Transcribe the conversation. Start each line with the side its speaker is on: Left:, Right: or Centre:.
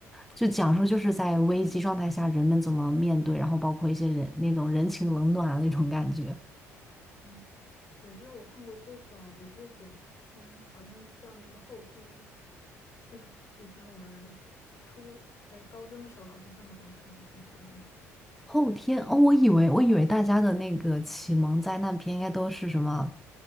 Centre: 就讲述就是在危机状态下人们怎么面对，然后包括一些人那种人情冷暖的那种感觉。
Left: 嗯。我记得我看过最早的这种片，好像叫那个后天，是以前我们初，哎，高中的时候老师放给我们看的，还是初中的时候？
Centre: 后天哦，我以为我以为大家的那个启蒙灾难片应该都是什么